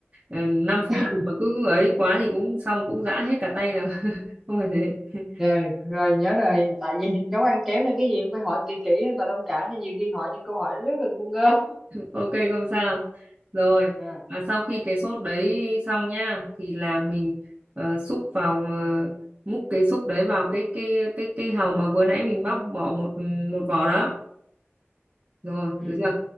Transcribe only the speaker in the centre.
<laughs>
rồi, rồi nhớ rồi tại vì <laughs> nấu ăn kéo nên cái gì cũng phải hỏi kỹ kỹ và thông cảm cho nhiều khi hỏi những câu hỏi rất là ngu ngơ
Rồi.
ừ